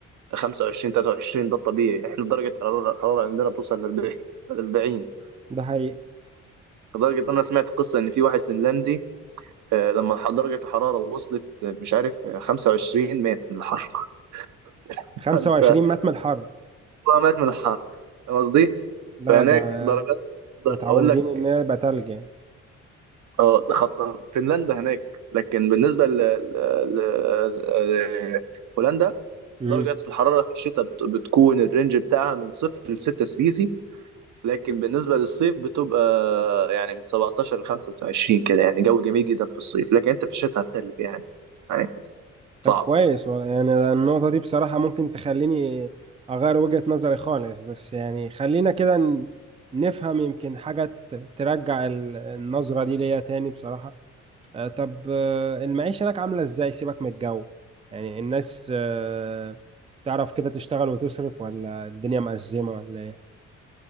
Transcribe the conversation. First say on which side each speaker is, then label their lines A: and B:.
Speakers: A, on the right; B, on the right.
A: 25 23 ده الطبيعي احنا درجة حرارة الحرارة عندنا بتوصل ل 40 40
B: ده حقيقي
A: لدرجة ان انا سمعت قصة ان في واحد فنلندي آه، لما ح- درجة الحرارة وصلت آه، مش عارف آه، 25 مات من الحر <laughs>
B: 25
A: انت
B: متر من الحر
A: مات من الحر فاهم قصدي؟
B: لا
A: فهناك
B: ده
A: درجات
B: متعودين
A: اقول لك
B: ان هي يبقى تلج يعني
A: اه خاصة فنلندا هناك لكن بالنسبة ل... ل... ل... آه، هولندا
B: مهم.
A: درجة الحرارة في الشتاء بت... بتكون الرينج بتاعها من صفر لستة سليزي لكن بالنسبة للصيف بتبقى يعني من 17 ل 25 كده يعني جو جميل جدا في الصيف لكن انت في الشتاء هتتلج يعني يعني
B: طب
A: صعب
B: كويس والله. يعني النقطة دي بصراحة ممكن تخليني أغير وجهة نظري خالص بس يعني خلينا كده ن- نفهم يمكن حاجة ت- ترجع ال- النظرة دي ليا تاني بصراحة آه، طب آه، المعيشة هناك عاملة إزاي سيبك من الجو يعني الناس آه، تعرف كده تشتغل وتصرف ولا الدنيا مأزمة ولا إيه؟